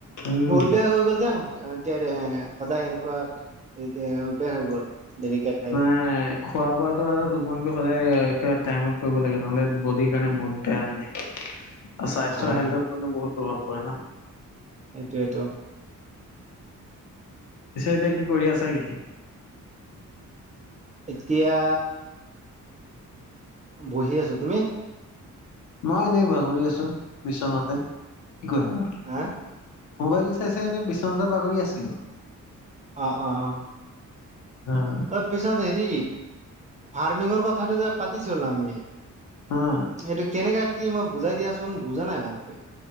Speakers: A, on the left; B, on the right.
A: উম
B: মোৰ অভ্যাস হৈ গল যে। এতিয়া এ সদায় এনেকুৱা এতিয়া অভ্যাস হৈ গ'ল দেৰিকে খাই।
A: নাই খোৱা বোৱাটো আৰু টোপনিটো সদায় একে টাইমত কৰিব লাগে, নহ'লে বডিৰ কাৰণে বহুত বেয়া মানে। স্বাস্থ্য
B: হয়
A: হেল্থত
B: হয়
A: মানে বহুত প্ৰভাৱ পৰে ন।
B: এইটোৱেতো।
A: পিছে এতিয়া কি কৰি আছা কি?
B: এতিয়া বহি আছোঁ, তুমি?
A: মই এনেই বাগৰি আছোঁ, বিচনাতে। কি কৰিম আৰু
B: হা
A: মোবাইলটো চাই চাই এনেই বিচনাতে বাগৰি আছিলোঁ।
B: অ' অ' অ'।
A: উম।
B: অলপ পিছত হেৰি ফাৰ্মিংৰ কথাটো যে পাতিছিলোঁ আমি। এইটো
A: অ',
B: কেনেকে কি মই বুজাই দিয়াচোন, বুজা নাই ভালকৈ।